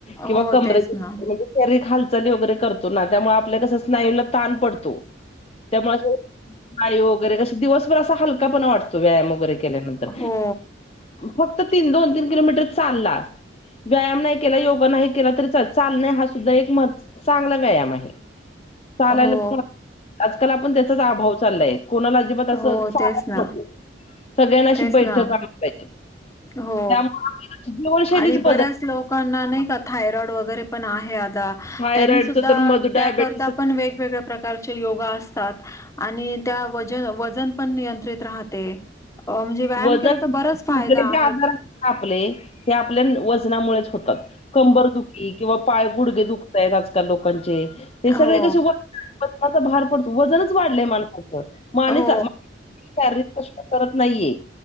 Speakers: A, on the left; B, on the left.
A: किंवा
B: हो
A: कमरे
B: तेच ना
A: हालचाली वगैरे करतो ना त्यामुळे आपल्या कसं स्नायूला ताण पडतो त्यामुळे असं वायू वगैरे क दिवसभर असा हलकापणा वाटतो व्यायाम वगैरे केल्यानंतर
B: हो
A: फक्त तीन दोन तीन किलोमीटर चालला व्यायाम नाही केला योगा नाही केला तरी चालत चालणे हा सुद्धा एक महत्वाचे चांगला व्यायाम आहे चालायला
B: हो.
A: आजकाल आपण त्याचाच अभाव चाललाय कोणाला अजिबात असं
B: हो
A: चालत
B: तेच ना
A: नको सगळ्यांनाशी
B: तेच
A: बैठक
B: ना
A: आली पाहिजे
B: हो
A: त्यामुळे आपली जीवनशैलीच
B: आणि बऱ्याच
A: बदल
B: लोकांना नाही थायड वगरे पण आहे आता
A: थायरॉइडच
B: त्यांनी सुद्धा
A: तर मध
B: त्या
A: डायबेटीस
B: पण वेगवेगळे प्रकार प्रकारचे योगा असतात आणि त्या वजन वजन पण नियंत्रित राहते अ, म्हणजे व्यायाम
A: वजन
B: केला तर बराच फायदा
A: सगच्या
B: आहे
A: आधार आपले हे आपल्या वजनामुळेच होतात कंबर दुखी किंवा पाय गुडगे दुखताय आजकाल लोकांचे हे सगळे
B: हो
A: कसे वजना भार पडतो वजनच वाढलंय माणसाच माणस
B: हो
A: शारीरिक कष्ट करत नाहीये